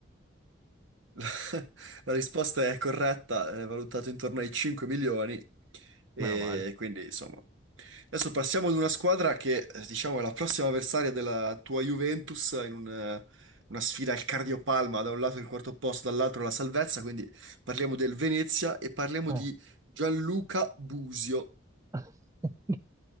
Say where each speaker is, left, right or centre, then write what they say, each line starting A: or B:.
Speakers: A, on the right; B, on the right.
A: La, la risposta è corretta, è valutato intorno ai 5 milioni e
B: Meno male.
A: quindi insomma Adesso passiamo ad una squadra che, eh, diciamo, è la prossima avversaria della tua Juventus in un, eh, una sfida al cardiopalma, da un lato il quarto posto, dall'altro la salvezza, quindi parliamo del Venezia e parliamo
B: Oh.
A: di Gianluca Busio.
B: <laughs>